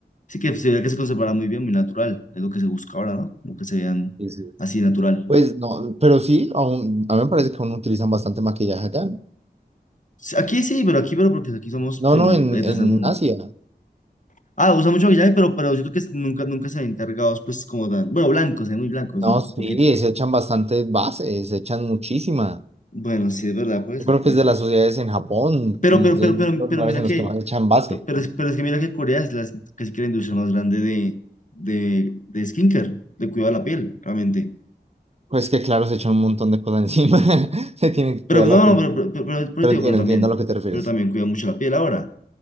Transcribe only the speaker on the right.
Sí, sí.
Pues no, pero sí, aún, a mí me parece que aún utilizan bastante maquillaje acá.
No,
no, en,
en
Asia.
No,
sí,
se echan bastantes bases, se echan muchísima.
Yo
creo
que es de
las sociedades en Japón,
de
los
lugares
en
los que más echan base.
Pues que claro, se echan un montón de cosas encima, <laughs> se tienen que
cuidar
la piel.
Pero
entiendo,
entiendo a lo que te refieres.